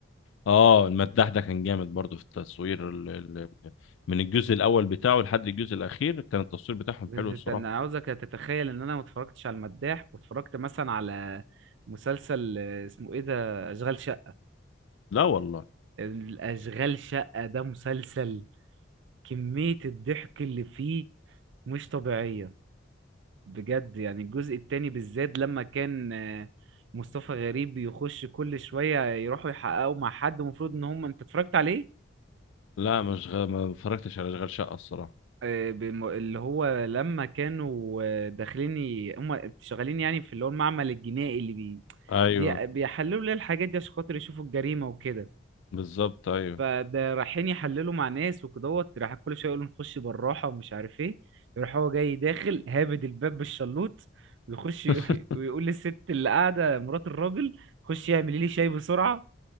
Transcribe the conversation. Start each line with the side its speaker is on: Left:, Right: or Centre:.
Left: اه المداح ده كان جامد برضه في التصوير ال... ال... من الجزء الاول بتاعه لحد الجزء الاخير كان التصوير بتاعهم
Right: انت-
Left: حلو الصراحه
Right: انا عاوزك تتخيل ان انا ما اتفرجتش على المداح واتفرجت مثلا على مسلسل آه، اسمه ايه ده اشغال شقة
Left: لا والله
Right: الاشغال شقة ده مسلسل كمية الضحك اللي فيه مش طبيعية بجد يعني الجزء التاني بالذات لما كان آه، مصطفى غريب يخش كل شوية يروحوا يحققوا مع حد المفروض ان هم انت اتفرجت عليه
Left: لا مش غ... ما اتفرجتش على اشغال شقه الصراحه
Right: آه، بم- اللي هو لما كانوا آه، داخلين ي- هم شغالين يعني في اللي هو المعمل الجنائي اللي بي
Left: ايوه
Right: بي- بيحللوا ليه الحاجات دي عشان خاطر يشوفوا الجريمة وكده
Left: بالظبط ايوه
Right: فده رايحين يحللوا مع ناس وكدهوت راح كل شويه يقولوا نخش بالراحه ومش عارف ايه يروح هو جاي داخل هابد الباب بالشلوط ويخش ي-
Left: <laughs>
Right: <laughs> ويقول للست اللي قاعده مرات الراجل خش اعملي لي شاي بسرعه